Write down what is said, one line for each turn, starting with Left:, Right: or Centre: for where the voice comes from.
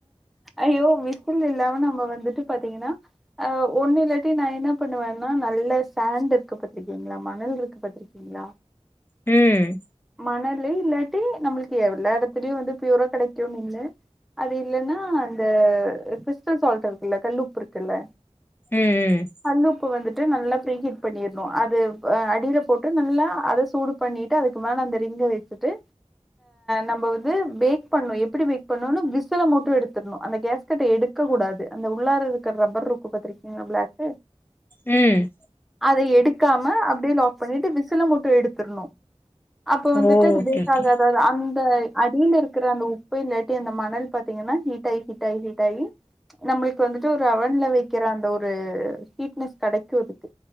Centre: ஐயோ விசில் இல்லாம நம்ம வந்துட்டு பாத்தீங்கன்னா அ ஒன்னுலாட்டி நா என்ன பண்ணுவேனா நல்ல சாண்ட் இருக்கு பாத்திருக்கீங்களா மணல் இருக்கு பாத்திருக்கீங் ங்களா
Left: ம்
Centre: மணலு இல்லாட்டி நம்மளுக்கு எல்லா எடத்துலயு வந்து ப்யூரா கிடைக்குன்னு இல்ல அது இல்லன்னா அந்த கிறிஸ்டல் சால்ட் இருக்குல்ல கல்லுப்பு இருக்குல்ல
Left: ம் ம்
Centre: கல்லு உப்பு வந்துட்டு நல்லா ப்ரிஹீட் பண்ணிர்ணு அது அடியில போட்டு நல்லா அத சூடு பண்ணிட்டு அதுக்கு மேல அந்த ரிங்க வைத்துட்டு நம்ம வந்து பேக் பண்ணு எப்டி பேக் பண்ணனு விசுல மட்டு எடுத்தர்ணு அந்த கேஸ்கட்ட எடுக்கக்கூடாது அந்த உள்ளார இருக்கற ரப்பர் இருக்கும் பாத்திருக் இங்க ப்ளாக்கு
Left: ம்
Centre: அத எடுக்காம அப்டே லாக் பண்ணிட்டு விசில மட்டு எடுத்துர்ணு அப்ப வந்துட்டு
Left: ஓ
Centre: அது
Left: ஓகே
Centre: பேக்
Left: ஓகே
Centre: ஆகாதது அந்த அடியில இருக்கற அந்த உப்பு இல்ல டி அந்த மணல் பாத்தீங்கன்னா ஹீட்டாய் ஹீட்டாய் ஹீட்டாயி நம்மளுக்கு வந்துட்டு ஒரு அவன்ல வைக்கிற அந்த ஒரு ஹீட்னஸ் கடைக்கு இதுக்கு